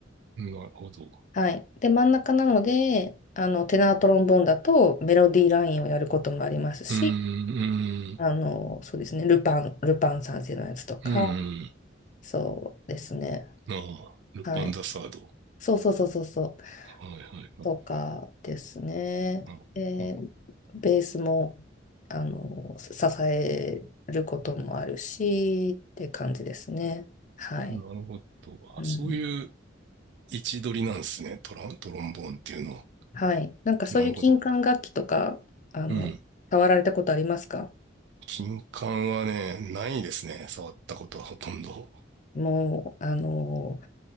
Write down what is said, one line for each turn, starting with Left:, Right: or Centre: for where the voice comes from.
Right: なるほど。
Left: はい。で、真ん中なので、あの、テナートロンボーンだとメロディーラインをやることもありますし、
Right: うーん、うーん、
Left: あの、そうですね、ルパン、ルパン三世のやつとか、
Right: うーん。
Left: そうですね、
Right: ああ、ルパンザサード。
Left: はい、そうそうそうそうそう、
Right: はいはいはいはい。
Left: とかですね、
Right: あ、
Left: え
Right: あ
Left: ベースもあの支えることもあるしって感じですね。はい、
Right: なるほど。
Left: うん、
Right: あ、そういう位置取りなんですね。トラン、トロンボーンっていうのは。
Left: はい、なんかそういう金管楽器とか、
Right: なるほど。
Left: あの、
Right: うん。
Left: 触られたことありますか
Right: 金管はね、ないですね。触ったことはほとんど。
Left: もう、あの、